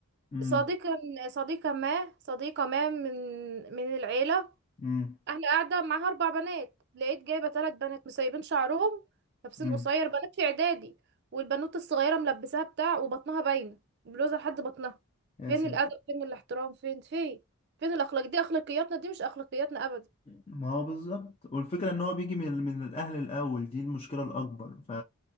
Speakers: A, on the left (about 30°); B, on the right (about 50°).
A: مم.
B: صديقة صديقة ما صديقة ما من من العيلة
A: مم.
B: احنا قاعدة معاها اربع بنات لقيت جايبة ثلاث بنات مسيبين شعرهم لابسين
A: مم.
B: قصير بنات في اعدادي والبنوت الصغيرة ملبساها بتاع وبطنها باينة بلوزة لحد بطنها
A: يا
B: فين
A: ساتر
B: الادب فين الاحترام فين فين فين الاخلاق دي اخلاقياتنا دي مش اخلاقياتنا ابدا
A: ما هو بالظبط والفكرة ان هو بيجي من من الاهل الاول دي المشكلة الاكبر ف